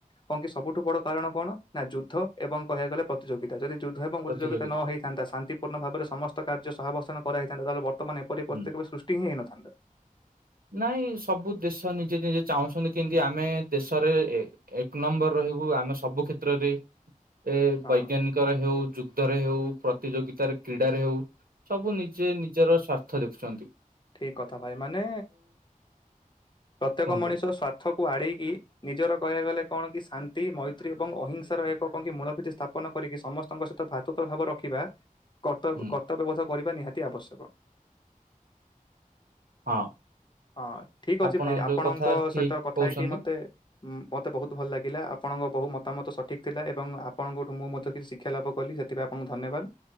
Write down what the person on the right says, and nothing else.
ପ୍ରତିଯୋଗିତା
ହୁଁ।
ନାଇଁ ସବୁ ଦେଶ ନିଜେ ନିଜେ ଚାହୁଁଛନ୍ତି କେମତି ଆମେ ଦେଶରେ ଏ କ ନମ୍ବର ରହିବୁ। ଆମେ ସବୁ କ୍ଷେତ୍ରରେ ଏ
ବୈଜ୍ଞାନି କ ରେ ହୋଉ ଯୁଦ୍ଧରେ ହୋଉ ପ୍ରତିଯୋଗିତାରେ କ୍ରୀଡାରେ ହୋଉ ସବୁ ନିଜେ ନିଜର ସ୍ଵା ର୍ଥ ଦେଖୁଚନ୍ତି।
କୁହନ୍ତୁ
ହୁଁ
ହଁ।
ଆପଣ
ଯୋଉ କଥା ଠିକ
କହୁଛନ୍ତି